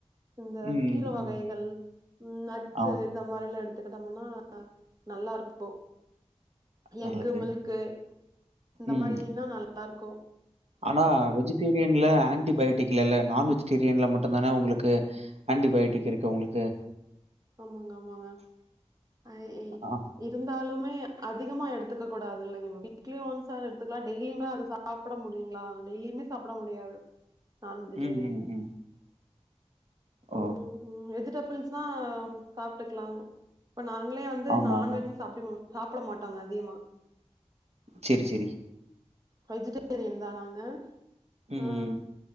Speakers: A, on the right; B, on the right.
A: இந்த
B: ம்,
A: கீர வகைகள்
B: ம்.
A: நட்
B: ஆம்
A: இந்த மாரில்லா எடுத்துக்கிட்டம்னா நல்லா இருக்கு
B: நல்லது.
A: எக்கு மில்க்கு இந்த
B: ம்.
A: மாரீனா நல்லா இருக்கு
B: ஆனா வெஜிடேரியன்ல ஆன்டிபயோட்டிக் இல்லல நான் வெஜிடேரியன்ல மட்டுந்தான உங்களுக்கு ஆன்டிபயோட்டிக் இருக்கு உங்களுக்கு
A: ஆமாங்க ஆமாங்க ஐய்
B: ஆ.
A: இருந்தாலுமே அதிகமா எடுத்துக்க கூடாது இல்லைங் மேம் வீக்லி ஒன்ஸ்ஸாது எடுக்கலா டெய்லிமே அது சா சாப்ட முடியுங்ளா டெய்லிமே சாப்ட முடியாது நான் வெஜிடேரியன்
B: ம், ம், ம். ஓ!
A: ம் வெஜிடபிள்ஸ்னா ம் சாப்ட்டுக்கலாங் இப்ப நாங்களே வந்து
B: ஆமாமா.
A: நான்வெஜ்ஜு சாப்டுக்க சாப்ட மாட்டோங்க அதிகமா
B: சேரி சேரி
A: வெஜிடேரியன்தா நாங்க
B: ம்
A: ஆ
B: ம்